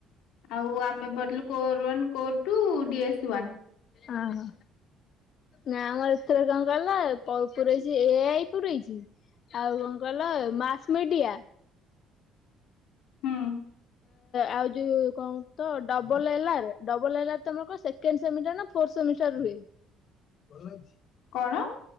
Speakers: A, on the left (about 80°); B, on the left (about 50°).
A: ଆଉ ଆମେ ପଢିଲୁ core one core two D A S one.
B: ଅଁ ହଁ। ନା ଆମର ଏଥର କଣ କହିଲ ପ ପୁରେଇଛି ଏ ଆଇ ପୁରେଇଛି। ଆଉ କଣ କହିଲ ମାସମିଡିଆ।
A: ହୁଁ।
B: ଆଉ ଯୋଉ କଣ ତ ଡବଲ ଏଲାର ଡବଲ ଏଲାର ତମର କଣ ସେକଣ୍ଡ ସେମିଟାର ନା ଫୋର୍ଥ ସେମିଟର ରୁହେ? ଭଲ ଅଛି।
A: କଣ?